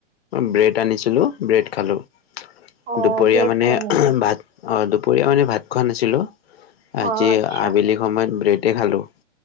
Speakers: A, on the left; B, on the right.
A: ব্ৰেড আনিছিলো ব্ৰেড খালো, দুপৰীয়া
B: অ' ব্ৰেড
A: মানে
B: খালা নেকি?
A: ভাত অঁ দুপৰীয়া মানে ভাত খোৱা নাছিলোঁ, আজি
B: অ' আচ্ছা
A: আবেলি সময়ত ব্ৰেডেই খালোঁ।